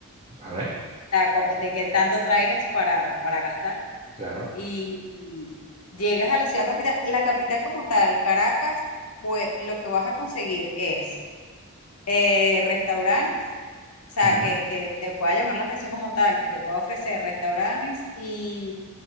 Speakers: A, on the right; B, on the left.
A: vale,
B: la co- de qué tanto traigas para, para gastar.
A: claro,
B: Y llegas a la ciudad capital, la capital como tal, Caracas, pues lo que vas a conseguir es eh, restaurantes O sea,
A: ujú,
B: que, que te pueda llamar la atención como tal, que te pueda ofrecer restaurantes y